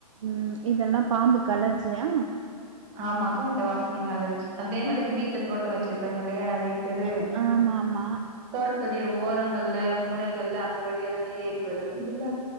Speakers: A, on the right; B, on the right.
A: ம் இதெல்லா பாம்புக் அலர்ஜியா
B: ஆமாக்கா இந்த வாசனைங்க அலர்ஜி அதே மாரி வீட்ல தோட்டம் வச்சிருப்பாங்க இல்லையா நறைய பேரு
A: அ ஆமா ஆமா
B: தோட்டோட ஓரங்கள்ல மூளைகள்ல அந்த வழியாதான ஏறி வருது இல்ல